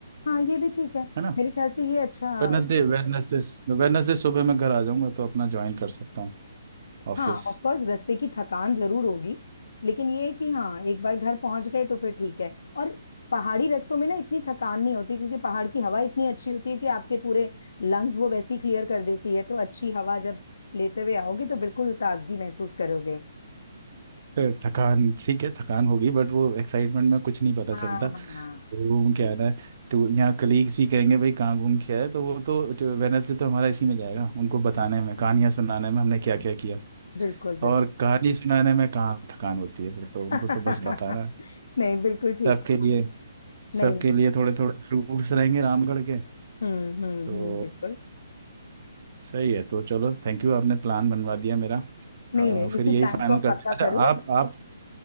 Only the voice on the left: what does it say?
हाँ ये भी ठीक है
मेरे ख्याल से ये अच्छा
हाँ ऑफ कोर्स रास्ते की थकान जरूर होगी लेकिन ये है कि हाँ एक बार घर पहुंच गए तो फिर ठीक है और पहाड़ी रास्तों में ना इतनी थकान नहीं होती क्योंकि पहाड़ की हवा इतनी अच्छी होती है कि आपके पूरे लंग्स वो वैसी क्लियर कर देती है तो अच्छी हवा जब लेते हुए आओगे तो बिल्कुल ताजगी महसूस करोगे
हाँ
हाँ
बिल्कुल बिल्कुल
<laughs>
नहीं बिल्कुल ठीक
है। नहीं
नहीं
हम्म हम्म हम्म
बिल्कुल
नहीं
नहीं
इसी
प्लान
को आप
पक्का
करो